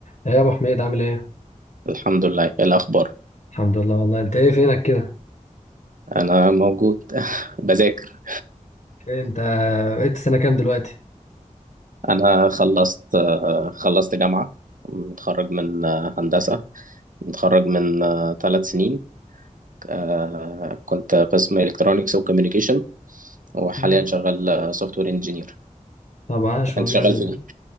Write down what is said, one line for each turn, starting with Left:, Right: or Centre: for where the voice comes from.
Left: ايه يا ابو حميد عامل ايه
Right: الحمد لله إيه الأخبار
Left: الحمد لله والله انت ايه فينك كده
Right: أنا موجود <laughs> بذاكر
Left: إيه انت بقيت سنه كام دلوقتي
Right: أنا خلصت آه، خلصت جامعة متخرج من آه، هندسة متخرج من ثلاث سنين آه، كنت قسم إلكترونيكس وكوميونيكيشن وحاليا
Left: مم.
Right: شغال سوفت وير انجينير
Left: طب عاش والله
Right: أنت شغال فين؟